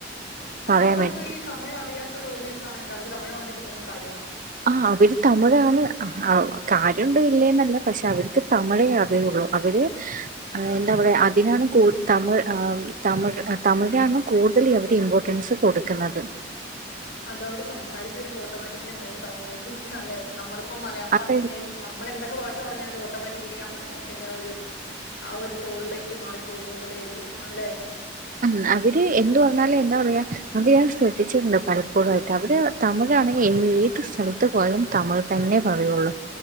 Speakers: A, on the left; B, on the right.
A: അപ്പൊ
B: പറയാൻ
A: അവർക്ക്
B: വേണ്ടി
A: ഈ തമിഴ് അറിയാത്തരു ഓഡിയൻസ് ആണങ്കിൽ അവര് തമിഴ് പറഞ്ഞിട്ടന്തെകിലും കാര്യണ്ടോ
B: ആഹ് അവര് തമിഴാണ് ആഹ് കാര്യണ്ടോ ഇല്ലേന്നല്ല പക്ഷെ അവർക്ക് തമിഴേ അറിയുള്ളൂ അവര് ഏഹ് എന്താ പറയാ അതിനാണ് കൂടു തമിഴ് ആഹ് തമിഴ് തമിഴാണ് കൂടുതൽ അവരുടെ ഇമ്പോർട്ടൻസ് കൊടുക്കുന്നത്
A: അത് അവര് സംസാരിച്ചു വരുമ്പോ ഓട്ടോമാറ്റിക്കലി എന്തായാലും തമിഴിലേക്ക് അല്ലേ നമ്മളിപ്പം മലയാളം
B: അപ്പ
A: പറഞ്ഞ് ഏഹ് നമ്മൾ എന്തൊക്കെ ഭാഷ പറഞ്ഞാലും ഓട്ടോമാറ്റിക്കലി ആ മലയാളത്തിന്റെ ആ ഒരു ആഹ് ഒരു ടോളിലേക്ക് മാറി പോകുന്ന പോലെ ആയിരിക്കും അല്ലെ
B: ഉം അവര് എന്ത് പറഞ്ഞാലും എന്താ പറയാ അത് ഞാൻ ശ്രദ്ധിച്ചിട്ടുണ്ട് പലപ്പോഴായിട്ട് അവര് തമിഴാണെങ്കിൽ ഏത് സ്ഥലത്ത് പോയാലും തമിഴ് തന്നെ പറയുള്ളു